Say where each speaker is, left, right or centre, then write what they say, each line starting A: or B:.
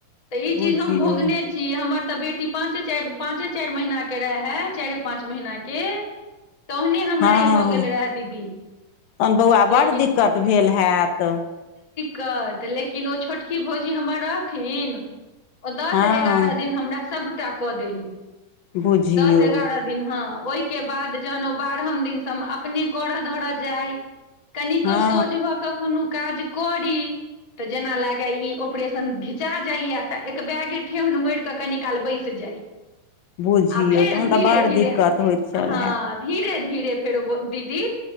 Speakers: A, on the left (about 20°); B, on the left (about 75°).
A: ई
B: बुझियौ
A: चीज हम भोगने छी, हमर तऽ बेटी पाँचे चारि पाँचे चारि महीना के रहै, चाइरे पाँच महीना के तहने हमरा
B: हँ
A: ई भऽ गेल रहै दीदी
B: तहन बौआ
A: लेकिन
B: बड्ड दिक्कत भेल हैत
A: कत लेकिन ओ छोटकी भौजी हमर रहथिन दस
B: हँ
A: एगारह दिन हमरा सबटा कऽ देली
B: बुझियौ
A: दस एगारह दिन हँ ओहिके बाद जहन ओ बारहम दिनसँ हम अपने करऽ धरऽ जाय कनिको
B: हँ
A: सोझ भऽ कऽ कोनो काज करी जेना लागय ई ऑपरेशन घिचा जाइया तऽ एक बैगे ठेहुन मोड़ि कऽ कनी काल बैस जाय आ
B: बुझियौ
A: फेर
B: तहन
A: धीरे
B: तऽ बड़
A: धीरे
B: दिक्कत होइत छल
A: हँ
B: हैत
A: धीरे धीरे धीरे फेर दीदी